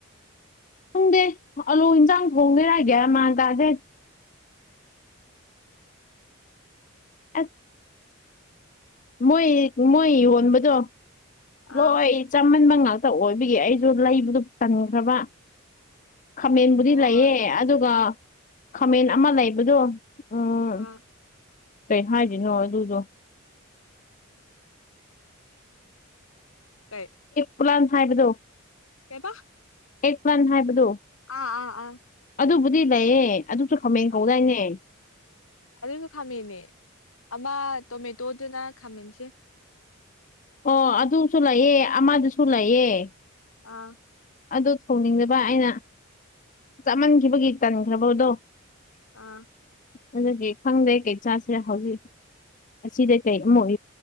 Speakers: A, on the left (about 35°); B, on the left (about 80°).
A: ꯈꯣꯡꯗꯦ ꯑꯂꯨ ꯏꯟꯁꯥꯡ ꯊꯣꯡꯗꯔꯥꯑꯒꯦ ꯃꯥꯟ ꯇꯥꯗꯦ ꯑꯁ ꯃꯣꯏ ꯃꯣꯏ ꯌꯣꯟꯕꯗꯣ
B: ꯑꯥ
A: ꯂꯣꯏ ꯆꯃꯟꯕ ꯉ ꯉꯥꯛꯇ ꯑꯣꯏꯕꯒꯤ ꯑꯩꯁꯨ ꯂꯩꯕꯗꯨ ꯆꯟꯈ꯭ꯔꯕ ꯈꯥꯃꯦꯟꯕꯨꯗꯤ
B: ꯍꯣꯏ
A: ꯂꯩꯌꯦ ꯑꯗꯨꯒ ꯈꯥꯃꯦꯟ ꯑꯃ ꯂꯩꯕꯗꯣ ꯎꯝ
B: ꯑꯥ
A: ꯀꯩ ꯍꯥꯏꯁꯤꯅꯣ ꯑꯗꯨꯗꯣ
B: ꯇꯥꯏ
A: ꯄꯨꯂꯥꯟ ꯍꯥꯏꯕꯗꯣ
B: ꯀꯩꯕꯥ
A: ꯑꯦꯛ ꯋꯥꯟ ꯍꯥꯏꯕꯗꯣ
B: ꯑꯥ ꯑꯥ ꯑꯥ
A: ꯑꯗꯨꯕꯨꯗꯤ ꯂꯩꯌꯦ ꯑꯗꯨꯁꯨ ꯈꯥꯃꯦꯟ
B: ꯑꯥ
A: ꯀꯧꯗꯥꯏꯅꯦ
B: ꯑꯗꯨꯁꯨ ꯈꯥꯃꯅꯦ ꯑꯃ ꯇꯣꯃꯦꯇꯣꯗꯨꯅ ꯈꯥꯃꯟꯁꯦ
A: ꯑꯣ ꯑꯗꯨꯁꯨ ꯂꯩꯑꯦ ꯑꯃꯗꯨꯁꯨ ꯂꯩꯑꯦ
B: ꯑꯥ
A: ꯑꯗꯨ ꯊꯣꯡꯅꯤꯡꯖꯕ ꯑꯩꯅ ꯆꯞꯃꯟꯈꯤꯕꯒꯤ ꯇꯟꯈ꯭ꯔꯕꯗꯣ
B: ꯑꯥ
A: ꯑꯗꯨꯗꯤ ꯈꯪꯗ꯭ꯔꯦ ꯀꯩ ꯆꯥꯁꯦ ꯍꯧꯖꯤꯛ ꯑꯁꯤꯗ ꯀꯩ ꯑꯃꯨꯛ